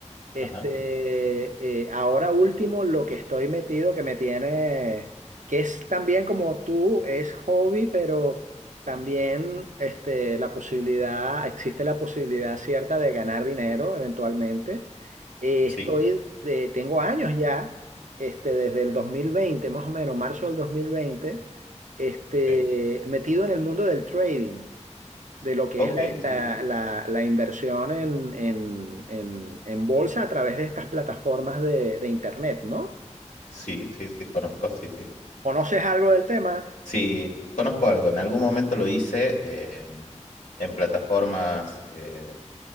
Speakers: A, on the right; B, on the left.
A: Este,
B: Ajá.
A: eh, ahora último, lo que estoy metido, que me tiene, que es también como tú, es hobby, pero también este, la posibilidad, existe la posibilidad cierta de ganar dinero eventualmente. Eh,
B: Sí,
A: estoy de, tengo años ya, este, desde el 2020 más o menos, marzo del 2020 este,
B: ok.
A: metido en el mundo del trading de lo que
B: Ok,
A: es la, la-
B: sí, sí.
A: la- la inversión en, en- en- en bolsa a través de estas plataformas de, de Internet, ¿no?
B: Sí, sí, sí, conozco, sí, sí.
A: ¿Conoces algo del tema?
B: Sí, conozco algo. En algún momento lo hice eh, en plataformas eh,